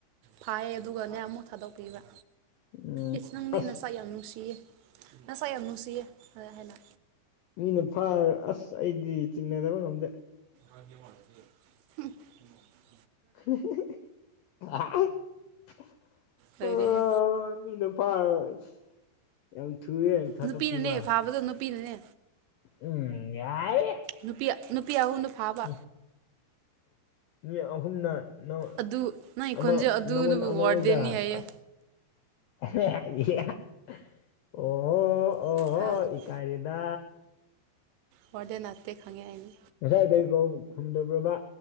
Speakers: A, on the right (about 80°); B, on the left (about 80°).
A: ꯐꯥꯏꯌꯦ ꯑꯗꯨꯒꯅꯦ ꯑꯃꯨꯛ ꯊꯥꯗꯣꯛꯄꯤꯕ
B: ꯎꯝ
A: ꯏꯁ ꯅꯪꯗꯤ
B: ꯑꯁ
A: ꯅꯁꯛ ꯌꯥꯝ ꯅꯨꯡꯁꯤꯌꯦ ꯅꯥꯁꯛ ꯌꯥꯝ ꯅꯨꯡꯁꯤꯌꯦ ꯍꯥꯏꯅ
B: ꯃꯤꯅ ꯐꯥ ꯑꯁ ꯑꯩꯗꯤ ꯆꯤꯡꯅꯗꯕ ꯉꯝꯗꯦ
A: <unintelligible>
B: <unintelligible>
A: ꯂꯩꯔꯦꯍꯦ
B: ꯑꯣ ꯃꯤꯅꯥ ꯐꯔꯒ ꯌꯥꯝ ꯊꯨꯏ ꯊꯥꯗꯣꯛꯀꯤꯕꯥ
A: ꯅꯨꯄꯤꯅꯅꯦ ꯐꯥꯕꯗꯣ ꯅꯨꯄꯤꯅꯅꯦ
B: ꯎꯝ ꯌꯥꯏ
A: ꯅꯨꯄꯤ ꯅꯨꯄꯤ ꯑꯍꯨꯝꯅ ꯐꯥꯕ
B: <unintelligible> ꯃꯤ ꯑꯍꯨꯝꯅ ꯅꯪꯉꯣꯟ
A: ꯑꯗꯨ ꯅꯪ
B: ꯑꯃ
A: ꯈꯣꯟꯖꯦꯜ ꯑꯗꯨꯅꯕꯨ
B: ꯅꯪꯉꯑꯣꯟꯗ ꯑꯃꯈꯛꯇꯥ
A: ꯋꯥꯔꯗꯦꯟꯅꯤ ꯍꯥꯏꯌꯦ
B: ꯑꯁ ꯑꯣꯍꯣ
A: <unintelligible>
B: ꯀꯥꯏꯔꯦꯗꯥ
A: ꯑꯣꯔꯗꯦ ꯅꯅꯥꯇ ꯈꯪꯉꯦ ꯑꯩꯅꯤ
B: ꯉꯁꯥꯏ ꯀꯩ ꯀꯧ ꯈꯨꯝꯗꯕ꯭ꯔꯕ